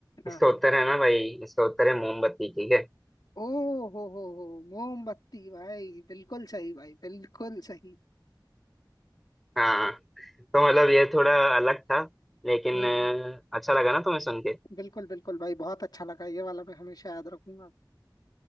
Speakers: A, on the left; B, in the centre.
A: हाँ
B: इसका
A: हाँ
B: उत्तर है ना भाई इसका उत्तर है मोमबत्ती ठीक है
A: ओ हो हो हो मोमबत्ती भाई बिल्कुल सही भाई बिल्कुल सही
B: हाँ तो मतलब ये थोड़ा अलग था लेकिन
A: हम्म
B: अ,
A: हम्म
B: अच्छा लगा ना तुम्हें सुन के
A: बिल्कुल बिल्कुल भाई बहुत अच्छा लगा ये वाला मैं हमेशा याद रखूंगा